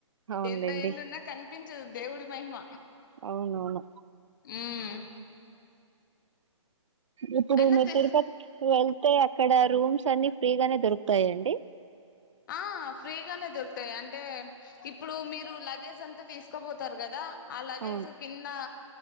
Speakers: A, on the right; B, on the left.
A: అవునులేండి
B: ఎంత ఏండున్నా కనిపిం చు దేవుడి మహిమ
A: అవును అవును
B: ఉమ్
A: ఇప్పుడు
B: అయినా
A: మీ తిరుపతికి వెళ్తే అక్కడ రూమ్స్ అన్నీ ఫ్రీగానే దొరుకుతాయ అండి
B: ఆ ఫ్రీగానే దొరుకుతాయి అంటే ఇప్పుడు మీరు లగేజ్ అంతా తీసుకబోతారు కదా ఆ లగేజు
A: అవును
B: కింద